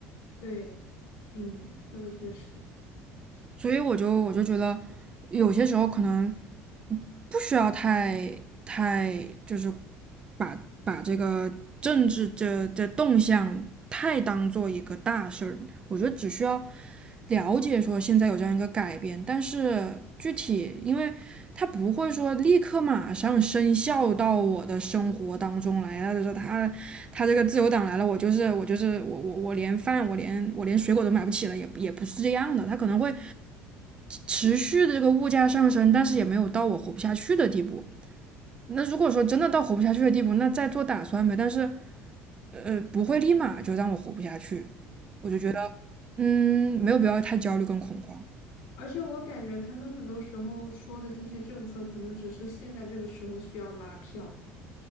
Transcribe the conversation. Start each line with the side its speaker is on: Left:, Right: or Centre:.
Left: 对，嗯，这个确实。
Right: 所以我就我就觉得有些时候可能不需要太太就是把这个政治这这动向太当做一个大事儿。我觉得只需要了解说现在有这样一个改变，但是具体因为他不会说立刻马上生效到我的生活当中来啊，就是他他这个自由党来了，我就是我就是我我我连饭我连我连水果都买不起了，也也不是这样的，他可能会持续的这个物价上升，但是也没有到我活不下去的地步。那如果说真的到活不下去的地步，那再做打算呗。但是呃，不会立马就让我活不下去，我就觉得，嗯，没有必要太焦虑跟恐慌
Left: 而且我感觉他们很多时候说的这些政策，可能只是现在这个时候需要拉票，